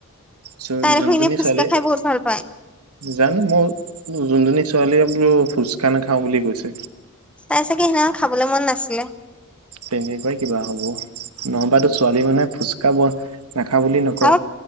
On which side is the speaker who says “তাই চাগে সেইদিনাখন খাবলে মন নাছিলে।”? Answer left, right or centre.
Centre